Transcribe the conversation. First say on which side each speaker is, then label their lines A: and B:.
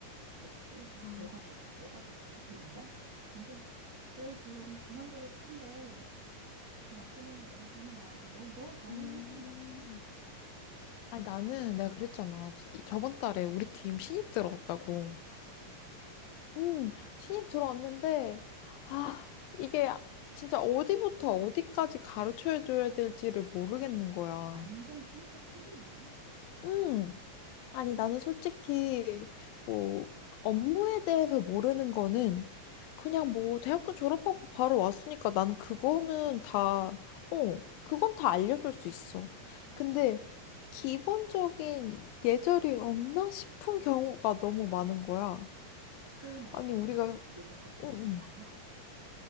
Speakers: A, on the right; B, on the left.
A: 그래서 또 막
B: 아,
A: 뭐가 좋고 뭐가 좋고 막 이런다 근데 그래서 지금 그만두고 싶은데 남편이랑 얘기 중이야 너 너 다니는
B: 음.
A: 회사는 어때?
B: 아니, 나는 내가 그랬잖아. 이- 저번 달에 우리 팀 신입 들어왔다고.
A: 아 진짜
B: 음, 신입 들어왔는데, 아, 이게 진짜 어디부터 어디까지 가르쳐줘야 될지를 모르겠는 거야.
A: 완전 생짜 초보인 거야?
B: 음, 아니, 나는 솔직히, 뭐, 업무에 대해서 모르는 거는
A: 음
B: 그냥 뭐, 대학교 졸업하고 바로 왔으니까 난 그거는
A: 모를 수 있지
B: 다, 어, 그건 다 알려줄 수 있어.
A: 그치
B: 근데, 기본적인 예절이 없나 싶은 경우가 너무 많은 거야.
A: 소위 말해서
B: 아니, 우리가,
A: 요새 것들이
B: 응,
A: 그렇다며
B: 응.
A: <laughs>